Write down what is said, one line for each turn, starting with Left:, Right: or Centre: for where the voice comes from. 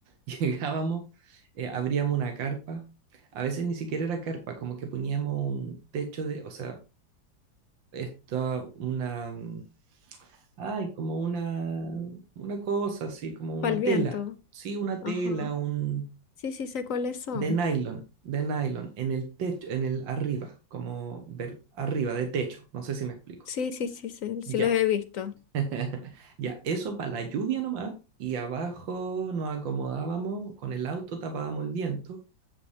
Right: <laughs> llegábamos, eh, abríamos una carpa, a veces ni siquiera era carpa, como que poníamos un techo de, o sea, esto, una, mm, ay, como una, una cosa así, como una
Left: Para el viento.
Right: tela, sí, una
Left: Ajá.
Right: tela, un
Left: Sí, sí sé cuáles son.
Right: de nylon, de nylon, en el techo, en el arriba, como ver arriba de techo, no sé si me explico.
Left: Sí, sí, sí, sé, sí
Right: Ya.
Left: los he visto.
Right: <laughs> Ya, eso para la lluvia nomás. Y abajo nos acomodábamos, con el auto tapábamos el viento.